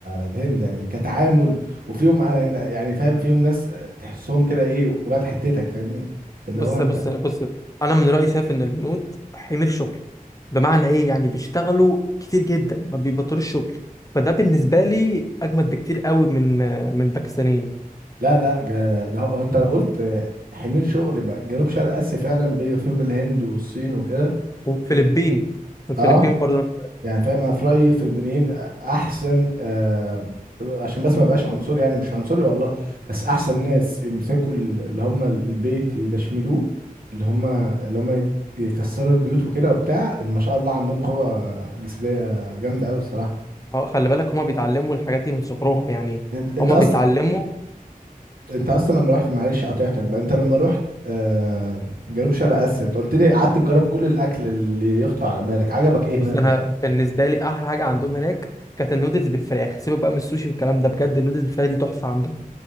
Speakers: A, on the right; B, on the left.
A: الهند يعني كتعامل وفيهم على- يعني فاهم فيهم ناس تحسهم كده ايه ولاد حتتك فاهمني اللي
B: بص
A: هو انت
B: بص بص انا من رايي شايف ان الهنود حمير شغل بمعنى ايه يعني بيشتغلوا كتير جدا ما بيبطلوش شغل فده بالنسبه لي اجمد بكتير قوي من من الباكستانيين
A: لا لا جا- ده هو انت لو قلت حمير شغل يبقى جنوب شرق اسيا فعلا بيبقى فيهم الهند والصين وكده
B: والفلبين
A: دو-
B: الفلبين
A: اه
B: برضه
A: يعني فاهم انا في رايي في البنين احسن آه عشان بس ما بقاش عنصري يعني مش عنصري والله بس احسن ناس يمسكوا ال- اللي هم ال- البيت يدشملوه اللي هم اللي هم يكسروا البيوت وكده وبتاع إن ما شاء الله عندهم قوة جسدية جامدة قوي الصراحة
B: اه خلي بالك هما بيتعلموا الحاجات دي من صغرهم يعني
A: انت انت
B: هما
A: اصلا
B: بيتعلموا
A: انت اصلا لما رحت معلش قطعتك بقى انت لما رحت آه جنوب شرق اسيا انت قلت لي قعدت تجرب كل الاكل اللي يخطر على بالك عجبك ايه هناك
B: بص انا
A: اصلا
B: بالنسبه لي احلى حاجه عندهم هناك كانت النودلز بالفراخ سيبك بقى من السوشي والكلام ده بجد النودلز بالفراخ دي تحفه عندهم